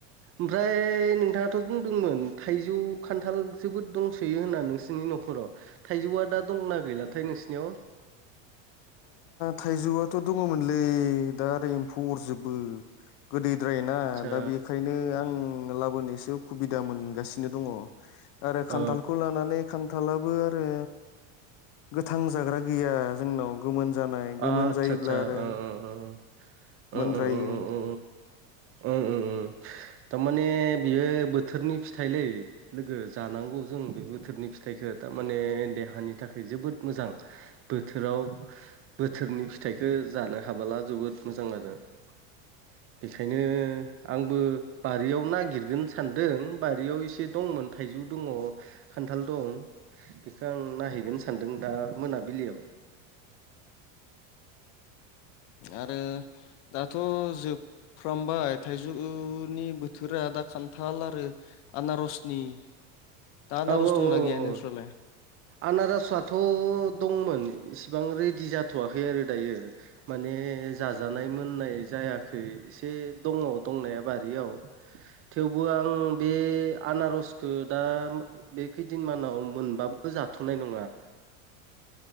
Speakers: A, on the right; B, on the left.
A: ओमफ्राय नों नोंथाङाथ' बुंदोंमोन थाइजौ खान्थाल जोबोद दंस'यो होनना नोंसिनि न'खराव थाइजौआ दा दंना गैलाथाय नोंसिनियाव
B: थाइजौआथ' दङमोनलै दा ओरै एम्फौ अरजोबो गोदैद्राय ना
A: आतसा
B: दा बेखायनो आं ओ लाबोनोसो सुबिदा मोनगासिनो दङ आरो खान्थाल
A: ओ
B: खौ लानानै खान्थालाबो आरो गोथां जाग्रा गैया जोंनाथ' गोमोन जानाय गोमोन
A: आतसा
B: जायोब्ला
A: आतसा
B: आरो
A: ओ ओ ओ
B: मोनद्रायो।
A: ओ ओ ओ ओ थारमाने बियो बोथोरनि फिथाइलै लोगो जानांगौ जों बे बोथोरनि फिथाइखौ थारमाने देहानि थाखाय जोबोद मोजां। बोथोराव बोथोरनि फिथाइखौ जानो हाबोला जोबोद मोजां आरो। <inaudible> बेखायनो आंबो बारियाव नागिरगोन सानदों बारियाव एसे दंमोन। थाइजौ दङ खान्थाल दं बेखौ आं नायहैगोन सानदों दा मोनाबिलि
B: आरो दाथ' जों फोरमबाय थाइजौनि बोथोरा दा खान्थाल आरो। आनारसनि दा आनारस
A: औ औ
B: दंना
A: औ
B: गैया
A: औ
B: नोंस्रालाय?
A: आनारसआथ' दंमोन इसिबां रेडि जाथ'वाखै आरो दायो। माने जाजानाय मोननाय जायाखै। एसे दङ दंनाया बारियाव थेवबो आं बे आनारसखौ दा बे खैदिन मानाव मोनबाबो जाथ'नाय नङा।